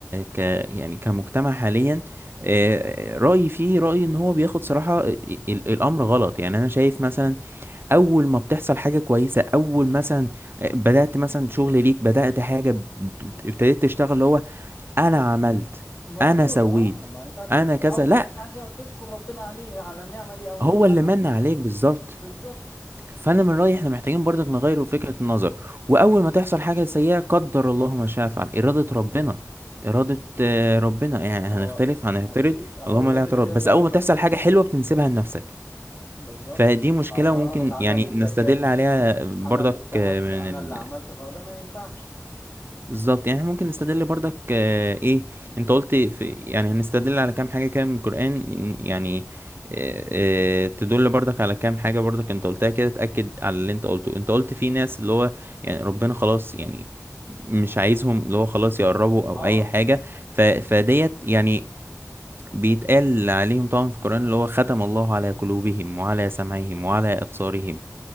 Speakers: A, on the right; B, on the left.
A: ك يعني كمجتمع حاليا آه، رايي فيه رايي ان هو بياخد صراحه ال- ال- الامر غلط يعني انا شايف مثلا اول ما بتحصل حاجه كويسه اول مثلا بدات مثلا شغل ليك بدات حاجه بت- ابتديت تشتغل اللي هو انا
B: مف-
A: عملت
B: مفروض
A: انا سويت
B: اه ما ينفعش
A: انا
B: المفروض
A: كذا
B: اول
A: لا
B: حاجه تشكر ربنا عليه على النعمه دي او ان
A: هو
B: هو انعمك
A: اللي من
B: بيها
A: عليك بالظبط
B: بالظبط
A: فانا من رايي احنا محتاجين برضك نغير فكره النظر واول ما تحصل حاجه سيئه قدر الله ما شاء فعل اراده ربنا اراده آه، ربنا يعني
B: هو
A: هنختلف هنعترض
B: اكيد هو
A: اللهم
B: ده
A: لا
B: كده
A: اعتراض
B: كده
A: بس
B: ده
A: اول
B: اللي
A: ما
B: مكتوب
A: تحصل حاجه حلوه بتنسبها لنفسك
B: بالظبط
A: فدي مشكله
B: ما هو ده
A: وممكن
B: غلط انا
A: يعني
B: اللي ذاكرت
A: نستدل عليها برضك
B: انا اللي اجتهدت
A: آه، من
B: انا
A: ال...
B: اللي عملت ما هو ده ما ينفعش
A: بالظبط يعني احنا ممكن نستدل برضك آه، ايه انت قلت في يعني هنستدل على كام حاجة كده من القرآن يعني آه، آه، تدل برضك على كام حاجة برضك انت قلتها كده تأكد على اللي انت قلته انت قلت في ناس اللي هو يعني ربنا خلاص يعني مش عايزهم اللي هو خلاص يقربوا او
B: اه
A: اي حاجة ف فديت يعني بيتقال عليهم طبعا في القرآن اللي هو ختم الله على قلوبهم وعلى سمعهم
B: ما
A: وعلى أبصارهم